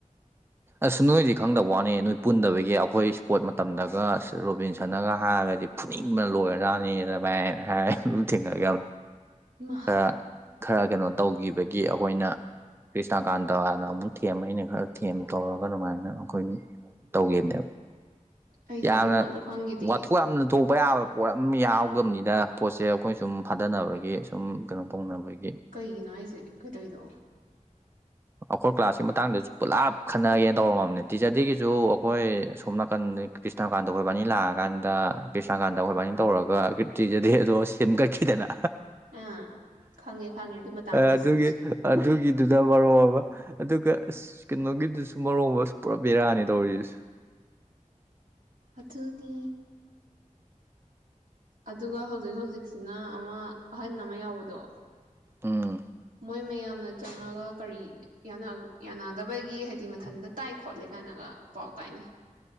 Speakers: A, on the right; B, on the right.
A: ꯑꯁꯨꯝ ꯅꯣꯏꯗꯤ ꯈꯪꯗꯕ ꯋꯥꯅꯦ ꯅꯣꯏ ꯄꯨꯟꯗꯕꯒꯤ ꯑꯩꯈꯣꯏ ꯏꯁ꯭ꯄꯣꯔꯠ ꯃꯇꯝꯗꯒ ꯔꯣꯕꯤꯟꯁꯟꯅꯒ ꯍꯥꯏꯔꯒꯗꯤ ꯄꯨꯅꯤꯡ ꯂꯣꯏꯔꯔꯥꯅꯤ ꯑꯗꯨꯚꯥꯏꯅ ꯍꯥꯏ ꯑꯗꯨ ꯊꯦꯡꯅꯒ
B: <inaudible>
A: ꯈꯔ ꯈꯔ ꯀꯩꯅꯣ ꯇꯧꯈꯤꯕꯒꯤ ꯑꯩꯈꯣꯏꯅ ꯀ꯭ꯔꯤꯁꯅꯀꯥꯟꯇꯅ ꯑꯃꯨꯛ ꯊꯦꯝ ꯑꯩꯅ ꯈꯔ ꯊꯦꯝ ꯇꯧꯔꯒ ꯑꯗꯨꯃꯥꯏꯅ ꯑꯩꯈꯣꯏ ꯇꯧꯒꯦꯅꯦꯕ
B: ꯑꯩꯗꯤ
A: ꯌꯥꯝꯅ
B: ꯑꯗꯨꯒ ꯑꯝꯇ ꯈꯪꯒꯤꯗꯤꯌꯦ
A: ꯋꯥꯊꯣꯛ ꯌꯥꯝꯅ ꯊꯣꯛꯄ ꯕ ꯌꯥꯕ ꯄꯣꯠ ꯑꯃ ꯌꯥꯎꯕꯅꯤꯅ ꯄꯣꯠꯁꯦ ꯑꯩꯈꯣꯏꯅ ꯁꯨꯝ ꯐꯥꯗꯅꯕꯒꯤ ꯁꯨꯝ ꯀꯩꯅꯣ ꯇꯧꯅꯕꯒꯤ
B: ꯀꯩꯒꯤꯅꯣ ꯍꯥꯏꯁꯦ ꯀꯩꯗꯩꯅꯣ
A: ꯑꯩꯈꯣꯏ ꯀ꯭ꯂꯥꯁꯀꯤ ꯃꯇꯥꯡꯗꯁꯨ ꯄꯨꯂꯞ ꯈꯟꯅꯒꯦꯅ ꯇꯧꯔꯝꯃꯕꯅꯦ ꯇꯤꯆꯔ ꯗꯦꯗꯒꯤꯁꯨ ꯑꯩꯈꯣꯏ ꯁꯣꯝ ꯅꯥꯀꯟꯗ ꯀ꯭ꯔꯤꯁꯅꯅꯥꯀꯥꯟꯇ ꯑꯩꯈꯣꯏꯕꯥꯅꯤ ꯂꯥꯛꯑꯀꯥꯟꯗ ꯀ꯭ꯔꯤꯁꯅꯀꯥꯟꯗ ꯑꯩꯈꯣꯏꯕꯥꯅꯤ ꯇꯧꯔꯒ ꯇꯤꯆꯔꯗꯦ ꯑꯗꯣ ꯁꯦꯝꯒꯠꯈꯤꯗꯅ
B: ꯑꯥ ꯈꯪꯉꯦ ꯈꯪꯉꯦ ꯑꯗꯨ ꯃꯇꯥꯡꯗꯨꯁꯨ
A: ꯑꯗꯨꯒꯤ ꯑꯗꯨꯒꯤꯗꯨꯗ ꯑꯗꯨꯒ ꯑꯁ ꯀꯩꯅꯣꯒꯤꯗꯨꯁꯨ ꯃꯔꯣꯕ ꯄꯨꯔꯥ ꯕꯤꯦꯔꯥꯅꯤ ꯇꯧꯔꯤꯁ
B: ꯑꯊꯨꯅꯤ ꯑꯗꯨꯒ ꯍꯧꯖꯤꯛ ꯍꯧꯖꯤꯛꯁꯤꯅ ꯑꯃ ꯑꯍꯟ ꯑꯃ ꯌꯥꯎꯕꯗꯣ
A: ꯎꯝ
B: ꯃꯣꯏ ꯃꯌꯥꯝꯅ ꯆꯪꯉꯒ ꯀꯔꯤ ꯌꯥꯅꯗꯕꯒꯤ ꯍꯥꯏꯗꯤ ꯃꯊꯟꯇ ꯇꯥꯏ ꯈꯣꯠꯂꯦ ꯀꯥꯏꯅꯒ ꯄꯥꯎ ꯇꯥꯏꯅꯦ